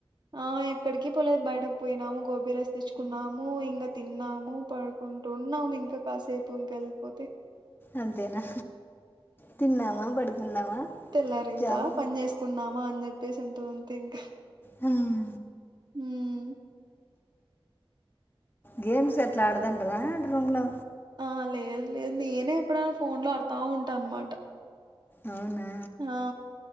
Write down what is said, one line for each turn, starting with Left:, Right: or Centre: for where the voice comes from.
Right: ఆ ఇక్కడికి పోలేదు బయటకు పోయినాము గోబీ రైస్ తెచ్చుకున్నాము ఇంకా తిన్నాము పడుకుంటున్నాము ఇంకా కాసేపు ఇంకా వెళ్ళిపోతే
Left: అంతేనా తిన్నామా పడుకున్నామా
Right: తెల్లారిందా
Left: జాబ్
Right: పని చేసుకున్నామా అని చెప్పేసి తొ అంతింక
Left: హ్మ్
Right: మ్మ్
Left: గేమ్స్ అట్ల ఆడ్తంటర ఆడ రూమ్ లో
Right: ఆ లేదు లేదు నేనే ఎప్పుడైనా ఫోన్ లో ఆడతా ఉంటా అనమాట
Left: అవునా
Right: ఆ